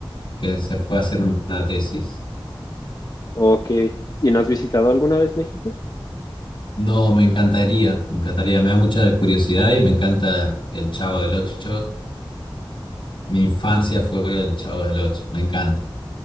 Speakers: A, on the left (about 70°); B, on the left (about 45°).
A: que se fue a hacer una tesis.
B: Ok. ¿Y no has visitado alguna vez México?
A: No, me encantaría, me encantaría, me da mucha curiosidad y me encanta el Chavo del Ocho. Mi infancia fue el Chavo del Ocho, me encanta.